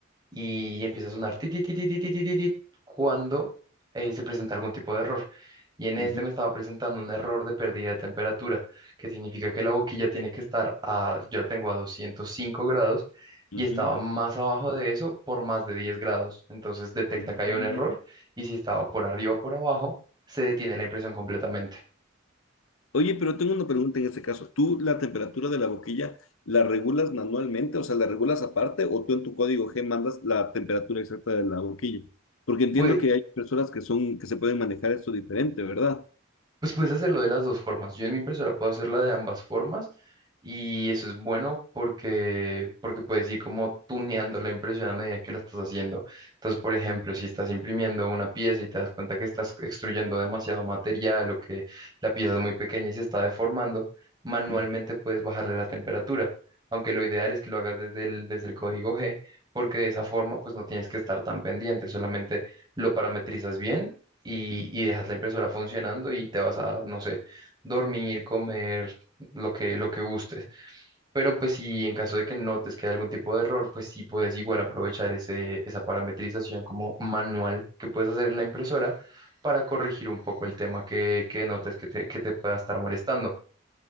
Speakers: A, on the right; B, on the left.
A: y empieza a sonar ti, ti, ti, ti, ti, ti, ti, ti, ti, cuando eh, se presenta algún tipo de error. Y en
B: Ujú,
A: este me estaba presentando un error de pérdida de temperatura, que significa que la boquilla tiene que estar a, yo la tengo a 205 grados
B: ujú,
A: y estaba más abajo de eso por más de 10 grados. Entonces detecta
B: ujú.
A: que hay un error y si estaba por arriba o por abajo, se detiene la impresión completamente.
B: Oye, pero tengo una pregunta en este caso. ¿Tú la temperatura de la boquilla la regulas manualmente? O sea, ¿la regulas aparte o tú en tu código G mandas la temperatura exacta de la boquilla? Porque entiendo
A: Pues
B: que hay personas que son, que se pueden manejar esto diferente, ¿verdad?
A: Pues puedes hacerlo de las dos formas. Yo en mi impresora puedo hacerla de ambas formas y eso es bueno porque, porque puedes ir como tuneando la impresión a medida que la estás haciendo. Entonces, por ejemplo, si estás imprimiendo una pieza y te das cuenta que estás extruyendo demasiado material o que la pieza es muy pequeña y se está deformando, manualmente
B: Ujú,
A: puedes bajarle la temperatura. Aunque lo ideal es que lo hagas desde el, desde el código G, porque de esa forma pues no tienes que estar tan pendiente, solamente lo parametrizas bien y,
B: ujú.
A: y dejas la impresora funcionando y te vas a, no sé, dormir, comer, lo que, lo que gustes. Pero pues si en caso de que notes que hay algún tipo de error, pues sí puedes igual aprovechar ese, esa parametrización como manual que puedes hacer en la impresora para corregir un poco el tema que, que notes que te, que te pueda estar molestando.